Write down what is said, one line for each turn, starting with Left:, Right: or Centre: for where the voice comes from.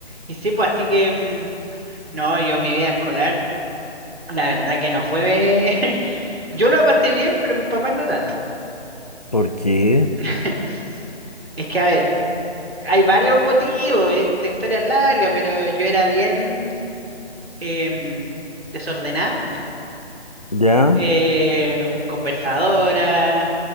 Right: Y sí, pues así que, mm, no, yo mi vida escolar, la verdad que no fue... <laughs> Yo lo pasé bien, pero mis papás no tanto.
Left: ¿Por qué?
Right: <laughs> Es que, a ver, hay varios motivos, eh, La historia es larga, pero yo era bien em, desordenada,
Left: ¿Ya?
Right: em, conversadora.